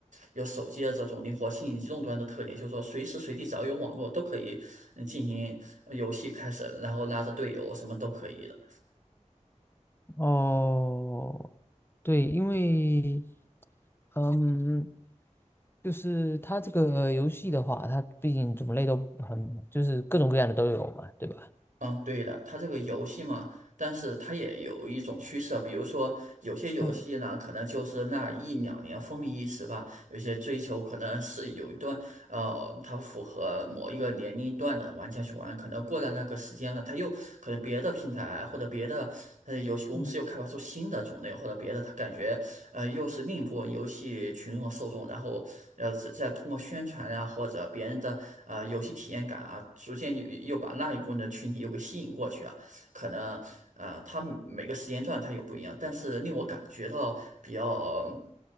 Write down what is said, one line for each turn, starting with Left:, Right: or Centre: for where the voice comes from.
Right: 有手机的这种灵活性、移动端的特点，就是说随时随地只要有网络都可以嗯进行游戏开始，然后拉着队友什么都可以的。
Left: 哦，对，因为嗯，就是它这个游戏的话，它毕竟种类都很，就是各种各样的都有嘛，对吧？
Right: 嗯，对的，它这个游戏嘛，但是它也有一种趋势，比如说有些游戏呢，
Left: 嗯
Right: 可能就是那一两年风靡一时吧，有些追求可能是有一段，呃，它符合某一个年龄段的玩家去玩，可能过了那个时间了，它又可能别的平台或者别的呃游戏公司又开发出新的种类，
Left: 嗯
Right: 或者别的，它感觉呃，又是另一部分游戏群众的受众，然后呃，再再通过宣传啊或者别人的呃游戏体验感啊，逐渐又又把那一部分的群体又给吸引过去啊。可能呃，它每个时间段它有不一样，但是令我感觉到比较。